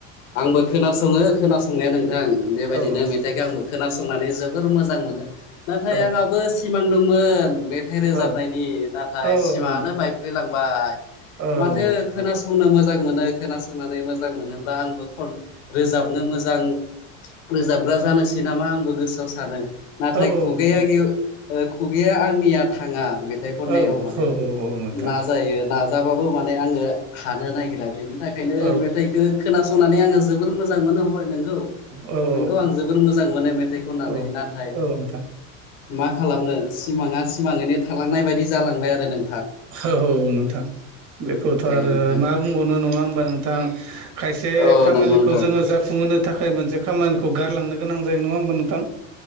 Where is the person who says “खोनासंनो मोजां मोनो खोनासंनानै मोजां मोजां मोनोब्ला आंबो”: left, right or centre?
Left